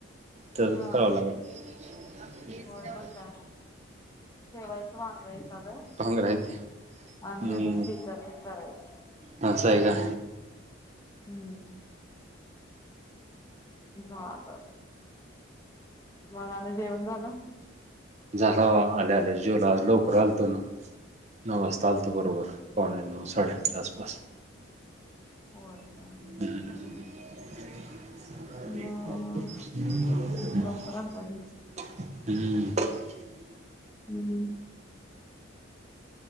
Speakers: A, on the right; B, on the left.
A: तसच
B: हा
A: करावं लागलं
B: होय मग काय ठेवायचं वांग एखादं
A: तंग राहेत
B: आणि
A: हम्म,,
B: त्याच्यात बी करायचं
A: ह, असं आहे का.
B: हम्म झाऽल,, मग आणि जेवण झालं.
A: झाला बघा आल्या आल्या जेवलो आज लवकर आलतो ना नव वाजता आलतो बरोबर, पावणे नव, साडे आठच्या आसपास
B: होय
A: हम्
B: हा हा बरोबर
A: ह
B: मग
A: ह्
B: लवकर आलता की.
A: हम्म
B: हम्म